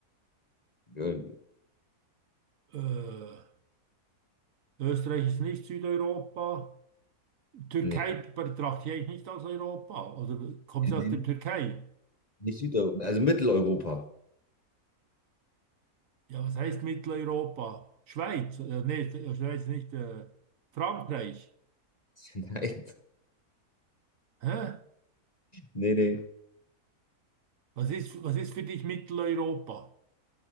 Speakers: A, on the left; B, on the right.
A: Äh,
B: Äh, Österreich ist nicht Südeuropa. Türkei
A: nee,
B: betrachte ich eigentlich nicht als Europa. Oder kommst
A: nee,
B: du
A: nee,
B: aus der Türkei?
A: nicht Südeuropa. Also Mitteleuropa.
B: Ja, was heißt Mitteleuropa? Schweiz? Äh, nee, äh, Schweiz nicht. Äh, Frankreich?
A: <laughs> Nein,
B: Hä?
A: nee, nee.
B: Was ist, was ist für dich Mitteleuropa?